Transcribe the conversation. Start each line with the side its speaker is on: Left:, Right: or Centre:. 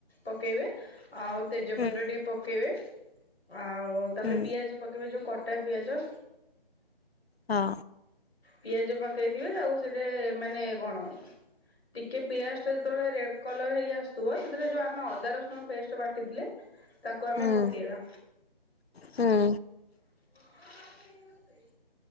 Centre: ପକାଇବେ। ଆଉ ତେଜପତ୍ର
Left: ହୁଁ।
Centre: ଟିକେ ପକେଇବେ। ଆଉ ତାପରେ
Left: ହୁଁ
Centre: ପିଆଜ ପକେଇବେ ଯେଉଁ କଟା ପିଆଜ
Left: ହଁ।
Centre: ପିଆଜ ପକେଇଥିବେ ତାକୁ ସେଠି ମାନେ କଣ? ଟିକେ ପିଆଜ ଟା ଯେତେବେଳେ ରେଡ କଲର ହେଇ ଆସୁଥିବ ସେରେ ଯୋଉ ଆମେ ଅଦା ରସୁଣ ପେଷ୍ଟ ବାଟିଥିଲେ ତାକୁ ଆମେ
Left: ହୁଁ
Centre: ପକେଇବା।
Left: ହୁଁ
Centre: <inaudible>